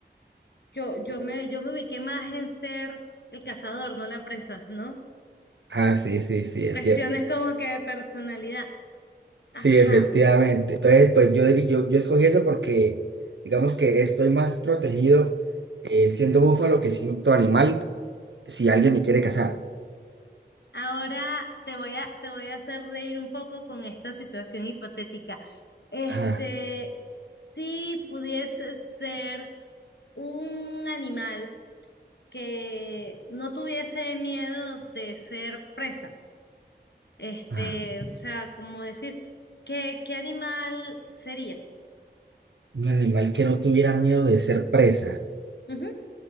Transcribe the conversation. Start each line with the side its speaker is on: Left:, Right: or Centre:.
Left: yo, yo me, yo me ubiqué más en ser el cazador, no la presa, ¿no?
Right: Ah, sí, sí, sí, es
Left: Cuestiones
Right: cierto.
Left: como que de personalidad.
Right: Sí,
Left: Ajá.
Right: efectivamente. Entonces, pues yo, diría- yo, yo escogí eso porque, digamos que estoy más protegido eh, siendo búfalo que siendo otro animal si alguien me quiere cazar.
Left: Ahora te voy a, te voy a hacer reír un poco con esta situación hipotética. Este,
Right: Ajá.
Left: si pudiese ser un animal que no tuviese miedo de ser presa. Este,
Right: ajá.
Left: o sea, como decir, ¿qué, qué animal serías?
Right: Un animal que no tuviera miedo de ser presa.
Left: Ujú. O